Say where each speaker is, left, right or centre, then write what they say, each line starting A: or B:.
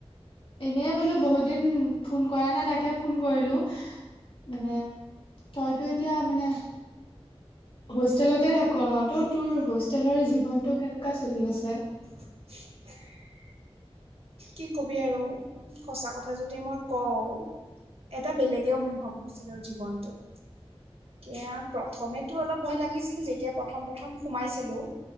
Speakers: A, on the left; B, on the right.
A: এনেইে বোলো বহুত দিন ফোন কৰা নাই তাকে ফোন কৰিলোঁ মানে, তইতো এতিয়া মানে। হোষ্টেলতে থাকো ন তো তোৰ হোষ্টেলৰ জীৱনটো কেনেকুৱা চলি আছে।
B: <unintelligible> কি কবি আৰু সঁচা কথা যদি মই কওঁ, এটা বেলেগে অনুভৱ হোষ্টেলৰ জীৱনটো। এয়া প্ৰথমেতো অলপ ভয় লাগিছিল যেতিয়া প্ৰথম প্ৰথম, সোমাইছিলোঁ